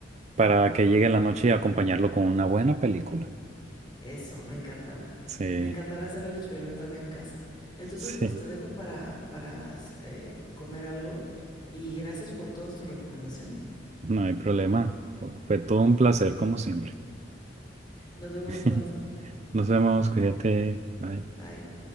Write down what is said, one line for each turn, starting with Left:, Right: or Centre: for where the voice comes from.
Right: para que llegue la noche y acompañarlo con una buena película.
Left: Eso, me encantará.
Right: Sí,
Left: Me encantará hacer el experimento acá en casa. Entonces,
Right: <laughs> sí,
Left: pues te dejo para, para eh, comer algo y gracias por todas tus recomendaciones.
Right: no hay problema. Fue todo un placer, como siempre.
Left: Nos vemos
Right: <laughs>
Left: pronto.
Right: Nos vemos, cuídate, bye.
Left: Bye.